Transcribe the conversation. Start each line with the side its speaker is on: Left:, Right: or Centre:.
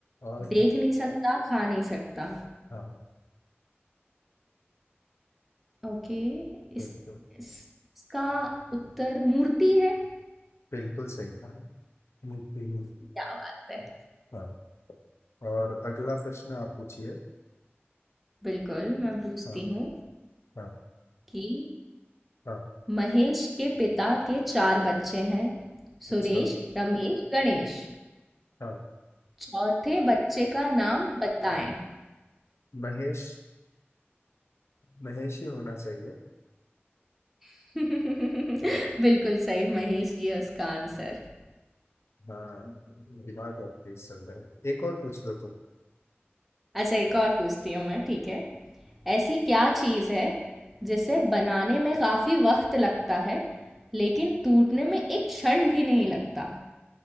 Left: और
Centre: देख नहीं सकता, खा नहीं सकता।
Left: हाँ
Centre: ओके, इस
Left: बिल्कुल
Centre: इस इसका उत्तर मूर्ति है?
Left: बिल्कुल सही कहा मूर्ति हूँ
Centre: क्या बात है!
Left: हाँ और अगला प्रश्न आप पूछिए
Centre: बिल्कुल, मैं पूछती
Left: हाँ
Centre: हूँ
Left: हाँ
Centre: कि
Left: हाँ
Centre: महेश के पिता के चार बच्चे हैं
Left: अच्छा
Centre: सुरेश रमेश गणेश
Left: हाँ
Centre: चौथे बच्चे का नाम बताएं
Left: महेश महेश ही होना चाहिए
Centre: <laughs> बिल्कुल सही महेश ये उसका आंसर
Left: हाँ दिमाग और तेज चल रहा है एक और पूछ लो तुम
Centre: अच्छा एक और पूछती हूँ मैं ठीक है ऐसी क्या चीज़ है जिसे बनाने में काफ़ी वक्त लगता है लेकिन टूटने में एक क्षण भी नहीं लगता